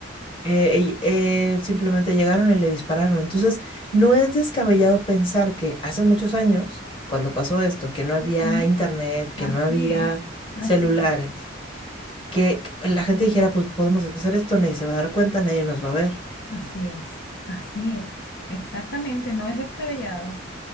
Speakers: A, on the left; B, on the left.
A: Eh, y él simplemente llegaron y le dispararon. Entonces, no es descabellado pensar que hace muchos años, cuando pasó esto, que no había
B: Ujú.
A: internet, que
B: Así
A: no había
B: es, así
A: celulares,
B: es,
A: que la gente dijera, pues podemos hacer esto, nadie se va a dar cuenta, nadie nos va a ver.
B: así es, así es. Exactamente, no es descabellado.